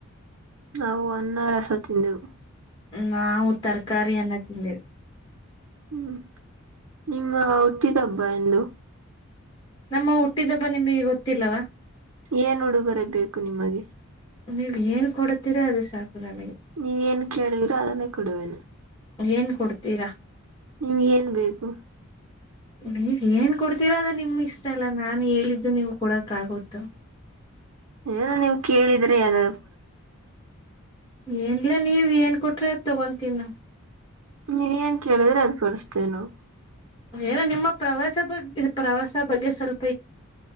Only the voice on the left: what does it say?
ನಾವು ತರಕಾರಿ ಅನ್ನ ತಿಂದೆೇವ್.
ನಮ್ಮ ಹುಟ್ಟಿದಬ್ಬ ನಿಮಗೆ ಗೊತ್ತಿಲ್ಲವಾ.
ನೀವ್ ಏನ್ ಕೊಡತಿರಾ ಅದು ಸಾಕು ನಮಗೆ
ಏನ್ ಕೊಡ್ತೀರಾ.
ನೀವ್ ಏನ್ ಕೊಡ್ತೀರಾ ಅದ್ ನಿಮ್ ಇಷ್ಟ ಅಲ್ಲ ನಾ ಹೇಳಿದ್ದು ನೀವು ಕೊಡ ಕಾಗೋತ್ತು
ಏನ್ಲಾ ನೀವ್ ಏನ್ ಕೊಟ್ ಟ್ರ ತಗೋತೀನಿ ನಾ
ಏನ ನಿಮ್ಮ ಪ್ರವಾಸ ಬಗ್ ಪ್ರವಾಸ ಬಗ್ಗೆ ಸ್ವಲ್